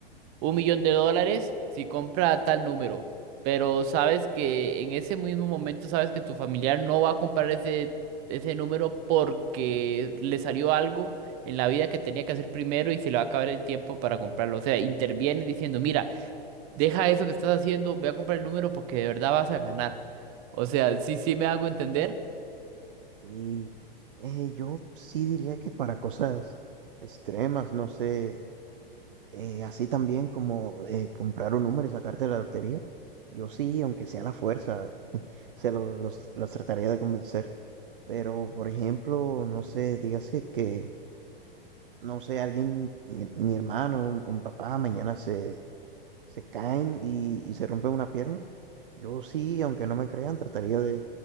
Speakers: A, on the right; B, on the right.
A: un millón de dólares si compra tal número, pero sabes que en ese mismo momento sabes que tu familiar no va a comprar ese, ese número porque le salió algo en la vida que tenía que hacer primero y se le va a acabar el tiempo para comprarlo. O sea, interviene diciendo, mira, deja eso que estás haciendo, ve a comprar el número porque de verdad vas a ganar. O sea, sí, sí me hago entender.
B: Sí, eh, yo sí diría que para cosas extremas, no sé, eh, así también como eh, comprar un número y sacarte la lotería, yo sí, aunque sea a la fuerza, se lo- los, los trataría de convencer. Pero, por ejemplo, no sé, dígase que, no sé, alguien, mi, mi hermano, un, un papá, mañana se, se caen y, y se rompe una pierna. Yo sí, aunque no me crean, trataría